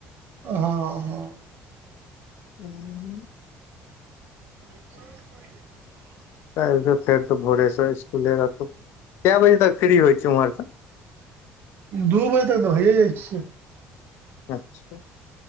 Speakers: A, on the right (about 55°); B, on the left (about 65°).
A: हँ हँ
B: ह्म
A: <inaudible>
B: काल्हि त फेर तो भोरे स स्कुले रहतौ कए बजे तक फ्री होइ छै उम्हर स
A: दू बजे तक तऽ भइए जाइ छियै
B: अच्छा